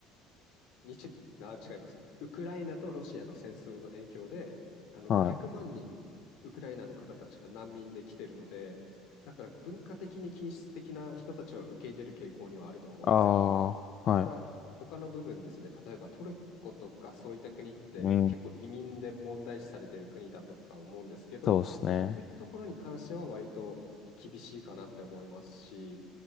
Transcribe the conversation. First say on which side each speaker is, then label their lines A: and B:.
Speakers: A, on the left (about 70°); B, on the left (about 45°).
A: にちゅ、あ、違います。ウクライナとロシアの戦争の影響で、あの500万人、
B: はい。
A: ウクライナの方たちが難民で来てるので、だから文化的に均質的な人たちは受け入れる傾向にはあると思うんですよ。
B: ああ、
A: ただ、
B: はい。
A: 他の部分ですね、例えばトルコとかそういった国って結構移民で問題視されている国だとか思うんですけど、
B: うんそうですね。
A: そういったところに関しては割と厳しいかなって思いますし、